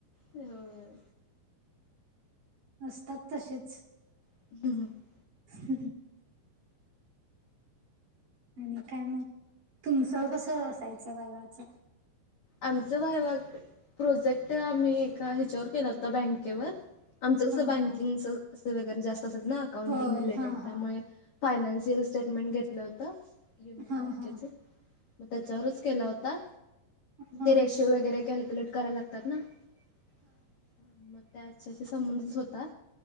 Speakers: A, on the left; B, on the right.
A: होय.
B: असतात तसेच
A: <unintelligible>
B: <unintelligible> आणि काय मग तुमचं
A: काय
B: कस असायचं वायवाच
A: आमच वायवा प्रोजेक्ट आम्ही एका ह्याच्यावर केला होता बँकेवर आमचं कसं
B: हा
A: बँकिंगच
B: हा
A: अस वगैरे जास्त असाच न अकाउंटिंग
B: होय
A: रिलेटेड
B: हा हा
A: त्यामुळे फायनान्शियल स्टेटमेंट घेतलं होत युनियन
B: हा
A: बँकेच
B: हा
A: म त्याच्यावरच केला होता.
B: हा
A: ते रेशो वगैरे कॅल्क्युलेट कराला लागतात ना हा म त्याच्याशी संबंधित होता